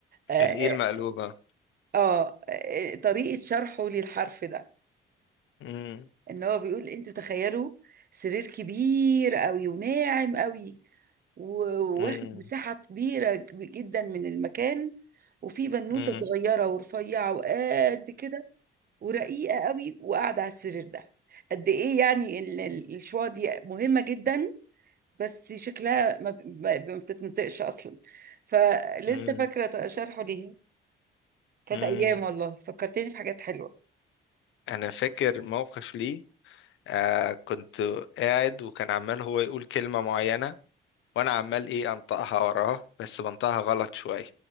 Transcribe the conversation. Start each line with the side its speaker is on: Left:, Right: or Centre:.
Right: آه,
Left: الإيه المقلوبة
Right: آه آه، طريقه شرحه للحرف ده
Left: مم.
Right: ان هو بيقول انتوا تخيلوا سرير كبير قوي وناعم قوي وواخد
Left: مم.
Right: مساحه كبيره جدا من المكان وفي بنوته
Left: مم.
Right: صغيره ورفيعه وقد كده ورقيقة قوي وقاعدة على السرير ده قد ايه يعني ال- ال- الشوا دي مهمة جدا بس شكلها ما ب- ما ب- ما بتتنطقش اصلا فلسه
Left: مم.
Right: فاكرة شرحه ليها كانت
Left: مم.
Right: ايام والله فكرتني في حاجات حلوة
Left: أنا فاكر موقف لي آه كنت قاعد وكان عمال هو يقول كلمة معينة وأنا عمال إيه أنطقها وراه بس بنطقها غلط شوية